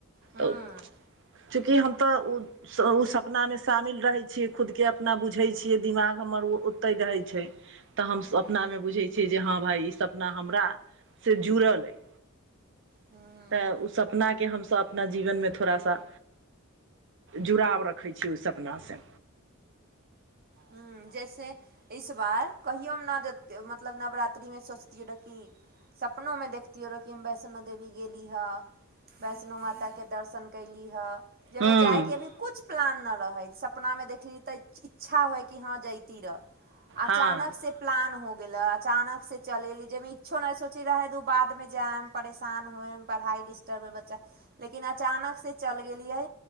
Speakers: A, on the right; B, on the right.
A: हूँ
B: तऽ चूँकि हम तऽ ओ ओ सपना मे शामिल रहै छियै खुद के अपना बुझै छियै दिमाग हमर ओ ओते रहै छै तऽ हम
A: हूँ
B: सपना मे बुझै छियै जे हँ भााय ई सपना हमरा से जुड़ल अय
A: हूँ
B: तऽ ओ सपना के हमस अपना जीवनमे थोड़ा सा जुड़ाव रखै छै ओहि सपनासॅ
A: ह जैसे इस बार कहियोमे नहि देियै मतलब नवरात्रिमे सोचतियै डकी सपनोमे देखतियै रह कि हम वैष्णो देवी गेली ह वैष्णो माताके दर्शन कयली हँ जाहिमे
B: हँ
A: जाइके अभी किु प्लान नहि रहै सपनामे देखली त अच्छा होइ कि हँ जती रहै अचानक
B: हँ
A: से प्लान हो गेलै अचानक से चलि गेली जाहिमे इच्छो नहि सोचै रहै तऽ बादमे जाएम परेशान होए पढ़ाइ डिस्टर्ब होइ बच्चा लेकिन अचानक से चलि गलिए